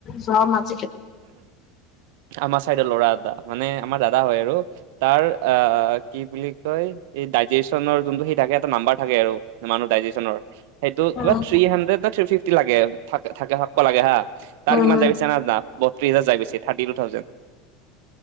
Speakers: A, on the left (about 25°); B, on the right (about 60°).
A: যোৱা মানে
B: আমাৰ চাইদৰ ল'ৰা এটা মানে আমাৰ দাদা হয় আৰু তাৰ আহ কি বুলি কয় এই ডাইজেচনৰ যোনটো সেই থাকে এটা নাম্বাৰ থাকে আৰু মানুহ ডাইজেচনৰ সেইটো
A: উম
B: কিবা থ্ৰী হাড্ৰেড ন থ ফিফটি লাগে থ থাকে থাকিব লাগে হা তাৰ
A: উম
B: কিমান যাই পিছে নানা বত্ৰিশ হাজাৰ যাই পিছে থাৰ্টি টু থাউজেণ্ড